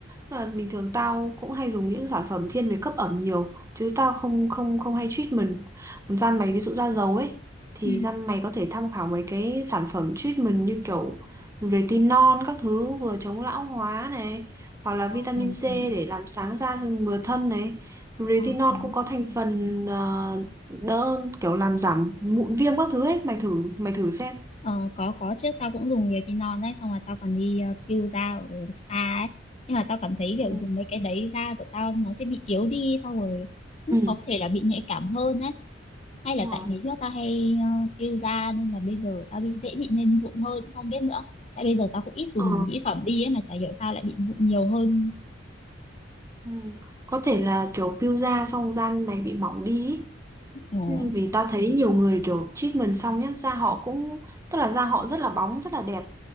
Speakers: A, on the right; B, on the left.
A: Nên là bình thường tao cũng hay dùng những sản phẩm thiên về cấp ẩm nhiều chứ tao không không không hay treatment còn da mày ví dụ da dầu ấy thì
B: ừ.
A: da mày có thể tham khảo mấy cái sản phẩm treatment như kiểu retinol các thứ vừa chống lão hóa này hoặc là vitamin
B: Ừ, ừ,
A: C để
B: ừ,
A: làm sáng da mừa thâm này Retinol
B: ừ, ừ, ừ.
A: cũng có thành phần ờ, đỡ kiểu làm giảm mụn viêm các thứ ấy, mày thử mày thử xem.
B: Ờ, có có chứ tao cũng dùng retinol đấy xong rồi tao còn đi ờ, peel da ở spa ấy nhưng mà tao cảm thấy kiểu
A: ừ
B: dùng mấy cái đấy da của tao nó sẽ bị yếu đi xong rồi cũng
A: Ừ,
B: có thể là bị nhạy cảm hơn ấy hay
A: đúng
B: là tại
A: rồi.
B: ngày trước tao hay uh, peel da nên là bây giờ tao bị dễ bị lên mụn hơn cũng không biết nữa tại bây giờ tao cũng ít dùng
A: Ờ,
B: mỹ phẩm đi ấy mà chả hiểu sao lại bị mụn nhiều hơn
A: ừ có thể là kiểu peel da xong da mày bị mỏng đi ý.
B: Ồ,
A: Ừ, Vì tao thấy nhiều người kiểu treatment xong nhá, da họ cũng tức là da họ rất là bóng, rất là đẹp.